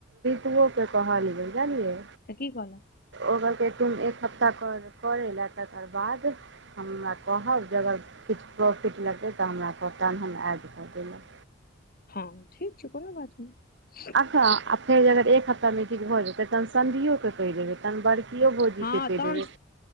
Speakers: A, on the right (about 65°); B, on the left (about 50°).
A: तुओके कहलियै जानलियै
B: तऽ की कहल
A: ओल तुम एक हप्ता कर ले ल तकर बाद हम हमरा कहब जे अगर किछ प्रॉफिट लगतै तऽ हमरा कहताहन हम ड कऽ देलहुँ
B: हँ ठीक छै कोनो बात नय
A: फेर अगर एक ह्ता मीटिंग भऽ जेतै तन सि के पि जेबै त ब कओ भोजीे
B: हँ
A: पे
B: तहन
A: दे